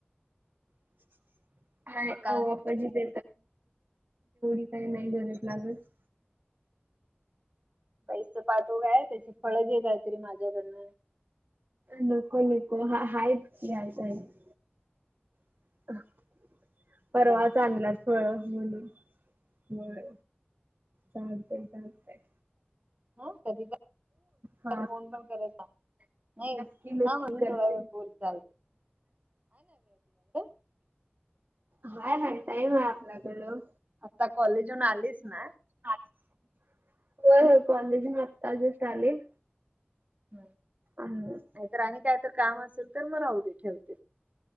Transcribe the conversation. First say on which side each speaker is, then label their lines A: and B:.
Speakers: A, on the right (about 55°); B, on the right (about 35°).
A: <unintelligible> आ
B: मग काय
A: तेवढी काही नाही गरज लागत.
B: पैस पाठवू काय त्याची फळ घे काहीतरी माझ्याकडनं.
A: नको नको हाय हायत. <inaudible> परवाच
B: चालते
A: आणल्याचं फळ महह होय. चालतय चालतय
B: हा कधीतर
A: हा
B: फोन लावून
A: नक्की नक्की करते.
B: बोलत जा. <unintelligible>
A: हाय हाय टाइम आहे आपलाकडलो.
B: आता कॉलेज वरून आलीस ना.
A: होय होय कॉलेजन आत्ता जस्ट आलोय
B: नाय.
A: अण्ण.
B: नाहीतर आणि काय तर काम असेल तर मग राहू दे ठेवते.